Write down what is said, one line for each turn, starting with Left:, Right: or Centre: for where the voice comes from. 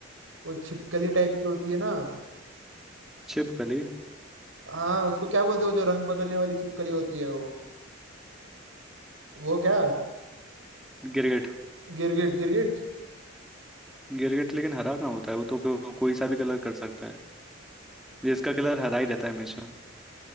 Right: वो छिपकली टाइप की होती है ना
Centre: छिपकली
Right: हाँ उसको क्या बोलते हैं वो जो रंग बदलने वाली छिपकली होती है वो वो क्या
Centre: गिरगिट
Right: गिरगिट गिरगिट
Centre: गिरगिट लेकिन हरा कहाँ होता है वो तो को, कोई सा भी कलर कर सकता है ये इसका कलर हरा ही रहता है हमेशा